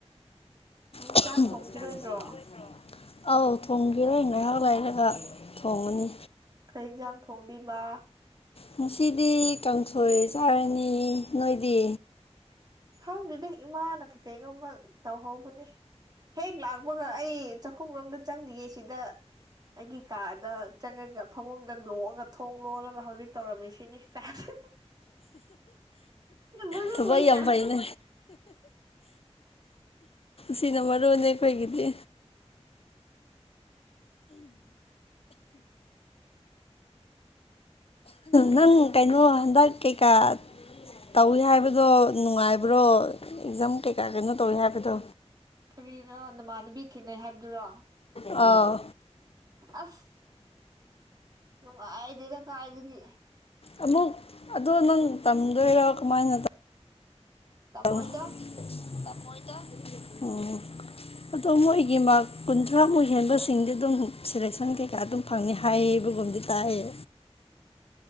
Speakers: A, on the right; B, on the left.
A: ꯎꯝ
B: <unintelligible>
A: ꯆꯥꯛ ꯊꯣꯡꯈꯤꯔꯣꯏꯗ꯭ꯔꯣ
B: ꯑꯧ ꯊꯣꯡꯒꯤꯔꯣꯏ ꯉꯥꯏꯍꯥꯛ ꯂꯩꯔꯒ ꯊꯣꯡꯉꯅꯤ
A: ꯀꯩ ꯏꯟꯖꯥꯡ ꯊꯣꯡꯗꯨꯏꯕ
B: ꯉꯁꯤꯗꯤ ꯀꯥꯡꯁꯣꯏ ꯆꯥꯔꯅꯤ ꯅꯣꯏꯗꯤ
A: ꯈꯪꯗꯦꯗ ꯏꯃꯥꯅ ꯀꯩ ꯀꯩꯅꯣꯝꯃ ꯇꯧꯍꯧꯕꯅꯤ ꯍꯦꯛ ꯂꯥꯛꯄꯒ ꯑꯩ ꯆꯥꯛꯈꯨꯝꯔꯣꯝꯗ ꯆꯪꯗꯤꯌꯦ ꯁꯤꯗ ꯑꯩꯒꯤ ꯀꯥꯗ ꯆꯪꯉꯒ ꯐꯃꯨꯡꯗ ꯂꯣꯡꯑꯒ ꯊꯣꯡ ꯂꯣꯜꯂꯒ ꯍꯧꯖꯤꯛ ꯇꯧꯔꯝꯃꯤꯁꯤꯅꯤ ꯆꯥꯁꯤ ꯃꯔꯨ
B: ꯊꯕꯛ
A: ꯑꯣꯏꯀꯥꯟ
B: ꯌꯥꯝ ꯐꯩꯅꯦ ꯁꯤꯅ ꯃꯔꯨꯅꯦ ꯈꯣꯏꯒꯤꯗꯤ ꯅꯪ ꯀꯩꯅꯣ ꯍꯟꯗꯛ ꯀꯩꯀꯥ ꯇꯧꯏ ꯍꯥꯏꯕꯗꯣ ꯅꯨꯡꯉꯥꯏꯕ꯭ꯔꯣ ꯑꯦꯛꯖꯝ ꯀꯩꯀꯥ ꯀꯩꯅꯣ ꯇꯧꯏ ꯍꯥꯏꯕꯗꯣ
A: ꯀꯔꯤꯒ ꯅꯃꯥꯟꯅꯕꯤ ꯈꯤꯅꯩ ꯍꯥꯏꯕꯗꯨꯔꯣ
B: ꯑꯥ
A: ꯑꯁ ꯅꯨꯡꯉꯥꯏꯗꯦꯗ ꯀꯥꯏꯗꯒꯤ
B: ꯑꯃꯨꯛ ꯑꯗꯣ ꯅꯪ ꯇꯝꯗꯣꯏꯔ ꯀꯃꯥꯏꯅ ꯇꯧ
A: ꯇꯝꯃꯣꯏꯗ
B: ꯑꯥ ꯇꯝꯃꯣꯏꯗ ꯎꯝ ꯑꯗꯣ ꯃꯣꯏꯒꯤ ꯃꯥꯔꯛ ꯀꯨꯟꯊ꯭ꯔꯥ ꯃꯨꯛ ꯍꯦꯟꯕꯁꯤꯡꯗꯤ ꯑꯗꯨꯝ ꯁꯦꯂꯦꯛꯁꯟ ꯀꯩꯀꯥ ꯑꯗꯨꯝ ꯐꯪꯅꯤ ꯍꯥꯏꯌꯦ ꯑꯗꯨꯒꯨꯝꯗꯤ ꯇꯥꯏꯌꯦ